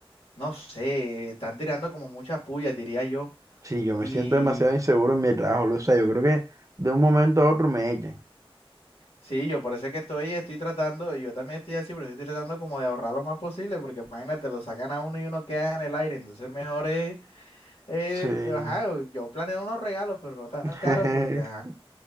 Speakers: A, on the left (about 90°); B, on the right (about 35°).
A: no sé, están tirando como muchas pullas, diría yo.
B: Sí, yo me
A: Y
B: siento demasiado inseguro en mi trabajo, Luis, o sea, yo creo que de un momento a otro me echan.
A: sí, yo por eso es que estoy, estoy tratando, yo también estoy así, pero estoy tratando como de ahorrar lo más posible, porque imagínate, lo sacan a uno y uno queda en el aire, entonces mejor es, eh,
B: Sí.
A: ajá, yo planeo unos regalos, pero no tan
B: <laughs>
A: caros, porque ajá,